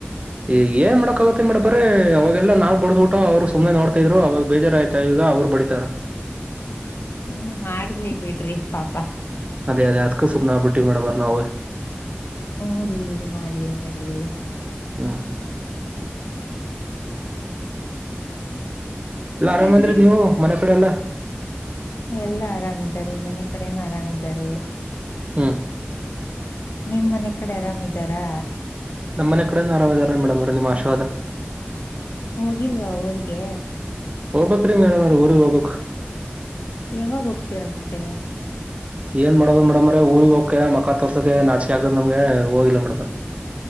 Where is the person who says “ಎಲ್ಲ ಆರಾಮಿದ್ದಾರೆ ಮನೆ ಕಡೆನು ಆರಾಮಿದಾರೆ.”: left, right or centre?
Left